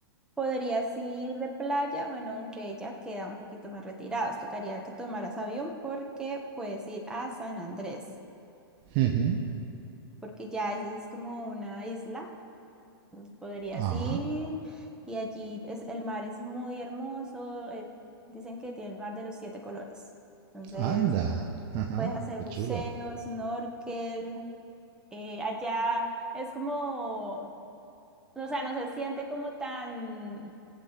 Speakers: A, in the centre; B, on the right.
A: Podrías ir de playa, bueno, aunque ya queda un poquito más retirados, tocaría que tomaras avión porque puedes ir a San Andrés,
B: Ujú.
A: porque ya esa es como una isla, entonces podrías
B: Ah,
A: ir y allí es, el mar es muy hermoso, eh, dicen que tiene el mar de los siete colores. Entonces...
B: anda. Ajá,
A: Puedes hacer
B: qué
A: buceo,
B: chulo.
A: snorkel. eh, allá es como, o sea, no se siente como tan,